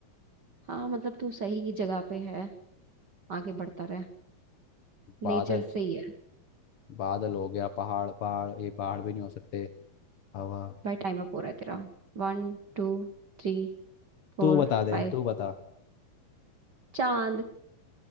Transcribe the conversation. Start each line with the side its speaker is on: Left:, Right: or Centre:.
Right: हाँ मतलब तू सही जगह पे है आगे बढ़ता रहे
Left: बादल
Right: नेचर से ही है
Left: बादल हो गया पहाड़ पहाड़ ये पहाड़ भी नहीं हो सकते हवा
Right: भाई टाइम अप हो रहा है तेरा One two three four
Left: तू बता दे
Right: five
Left: तू बता
Right: चांद